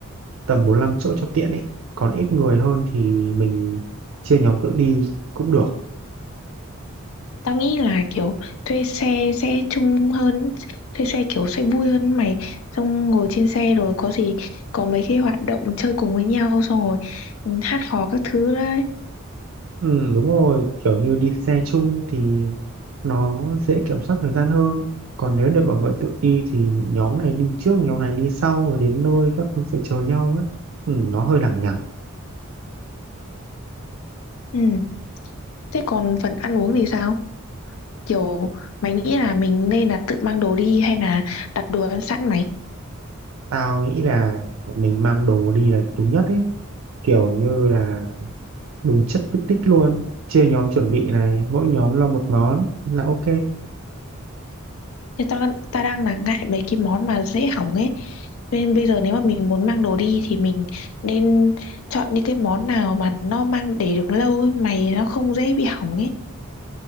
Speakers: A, on the right; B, on the left.
A: tầm bốn lăm chỗ cho tiện ấy còn ít người hơn thì mình chia nhóm tự đi cũng được
B: tao nghĩ là kiểu thuê xe sẽ chung hơn thuê xe kiểu sẽ vui hơn mày xong ngồi trên xe rồi có gì có mấy cái hoạt động chơi cùng với nhau xong rồi ừ, hát hò các thứ đấy
A: ừ, đúng rồi kiểu như đi xe chung thì nó dễ kiểm soát thời gian hơn còn nếu để mọi người tự đi thì nhóm này đi trước nhóm này đi sau rồi đến nơi các thứ phải chờ nhau ấy ừ, nó hơi lằng nhằng
B: ừ. thế còn phần ăn uống thì sao kiểu mày nghĩ là mình nên là tự mang đồ đi hay là đặt đồ ăn sẵn mày
A: tao nghĩ là mình mang đồ đi là đúng nhất ấy kiểu như là đúng chất picnic luôn chia nhóm chuẩn bị này mỗi nhóm lo một món là ok
B: Thì ta, ta đang là ngại mấy cái món mà dễ hỏng ấy. Nên bây giờ nếu mà mình muốn mang đồ đi thì mình nên chọn những cái món nào mà nó mang để được lâu ấy, mày nó không dễ bị hỏng ấy.